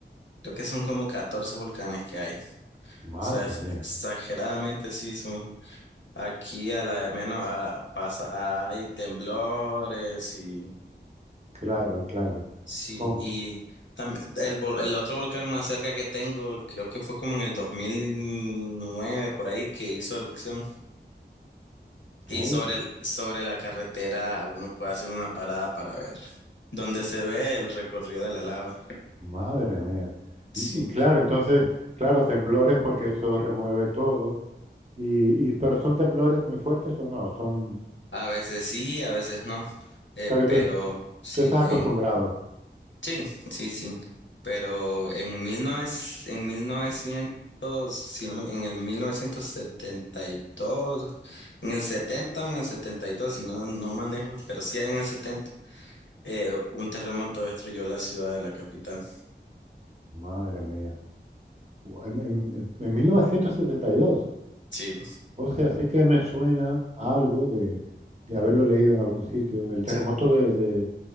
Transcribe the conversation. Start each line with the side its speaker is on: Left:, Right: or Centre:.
Left: creo que son como 14 volcanes que hay. O
Right: madre
Left: sea, es
Right: mía,
Left: exageradamente sí son. Aquí a la de menos ah, pasa, hay temblores y
Right: claro, claro.
Left: sí.
Right: Con-
Left: Y también el, vol- el otro volcán más cerca que tengo, creo que fue como en el dos mil nueve por ahí, que hizo erupción. Y
Right: oh,
Left: sobre el- sobre la carretera uno puede hacer una parada para ver dónde se ve el recorrido de la lava.
Right: madre mía. Y,
Left: Sí,
Right: y claro, entonces, claro, temblores porque eso remueve todo. Y, y- pero ¿son temblores muy fuertes o no? Son,
Left: a veces sí, a veces no. Eh,
Right: o sea que
Left: pero
Right: tú, es-
Left: sí,
Right: tú estás
Left: en,
Right: acostumbrado.
Left: sí, sí, sí. Pero en 1900, en 1900 si no me- en el mil novecientos setenta y dos en el 70 o en el 72, no, no manejo, pero sí en el 70 eh, un terremoto destruyó la ciudad de la capital.
Right: Madre mía. Gu- En, en, en 1972
Left: Sí,
Right: O sea, sí que me suena a algo de, de haberlo leído en algún sitio. El terremoto
Left: sí,
Right: de, de,